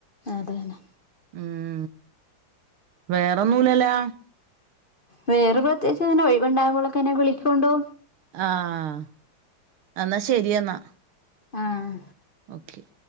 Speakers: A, on the left; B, on the right.
A: അതന്നെ.
B: ഉം. വേറൊന്നുലല്ലാ.
A: വേറെ പ്രത്യകിച്ചച്ച് ഇതിന ഒഴിവണ്ടകുമ്പോക്കെ എന്നെ വിളിക്കൊണ്ടോ
B: ആഹ എന്നാ ശരിയെന്നാ.
A: ആഹ്
B: ഓക്കെ